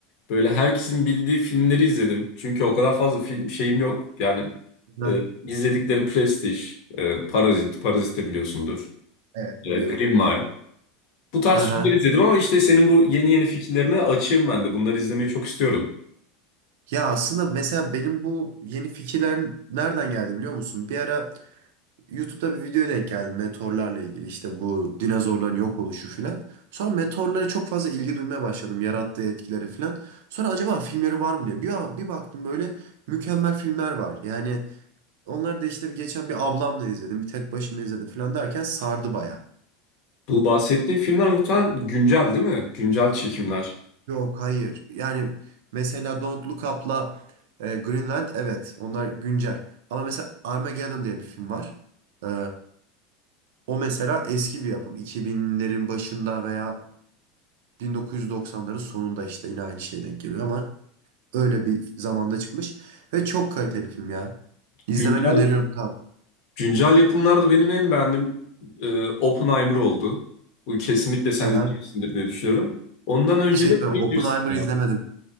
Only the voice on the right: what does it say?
Hı.
Evet
biliyorum.
Hı hı.
Ya aslında mesela benim bu yeni fikirler nereden geldi biliyor musun? Bir ara YouTube'da bir videoya denk geldim meteorlarla ilgili işte bu dinozorların yok oluşu filan. Sonra meteorlara çok fazla ilgi duymaya başladım yarattığı etkileri filan. Sonra acaba filmleri var mı diye bir, bir baktım böyle mükemmel filmler var. Yani onlar da işte bir geçen bir ablamla izledim bir tek başıma izledim filan derken sardı baya.
Yok hayır. Yani mesela Don't Look Up'la e, Greenland evet onlar güncel. Ama mesela Armageddon diye bir film var. Ee, o mesela eski bir yapım. 2000'lerin başında veya 1990'ların sonunda işte yine aynı şeye denk geliyor ama öyle bir zamanda çıkmış. Ve çok kaliteli film ya. İzlemeni
öneriyorum tabii.
Aha.
Bir şey
mi? Oppenheimer
izlemedim.